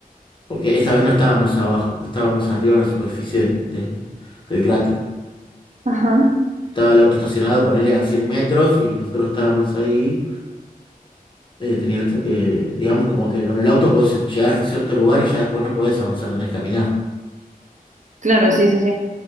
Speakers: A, on the left; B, on the right.
A: Porque esta vez no estábamos abajo, estábamos arriba en la superficie de- del cráter.
B: Ajá.
A: Estaba el auto estacionado, ponele a 100 metros y nosotros estábamos ahí. eh, tenía esto- eh, digamos como que con el auto podés llegar hasta cierto lugar y ya después no podés avanzar, tenés que caminar.
B: Claro, sí, sí, sí.